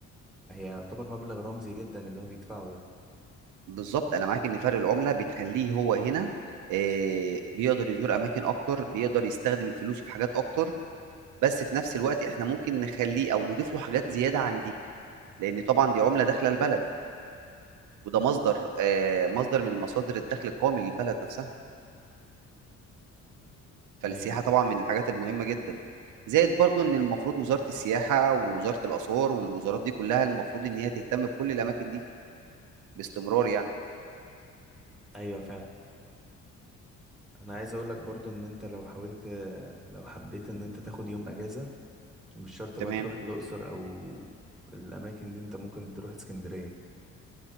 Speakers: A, in the centre; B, on the right (about 80°).
A: هي يعتبر مبلغ رمزي جدا اللي هو بيدفعه ده
B: بالظبط انا معاك ان فرق العمله بتخليه هو هنا آه، بيقدر يزور اماكن اكتر بيقدر يستخدم فلوسه في حاجات اكتر بس في نفس الوقت احنا ممكن نخليه او نضيف له حاجات زياده عن دي لان طبعا دي عمله داخله البلد وده مصدر آه، مصدر من مصادر الدخل القومي للبلد نفسها فالسياحه
A: ايوه
B: طبعا من الحاجات المهمه جدا زائد برضو ان المفروض وزاره السياحه ووزاره الاثار والوزارات دي كلها المفروض ان هي تهتم بكل الاماكن دي باستمرار يعني
A: ايوه فعلا انا عايز اقول لك برضو ان انت لو حاولت لو حبيت ان انت تاخد يوم اجازة مش شرط
B: تمام
A: بقى تروح الاقصر او الاماكن دي انت ممكن تروح اسكندرية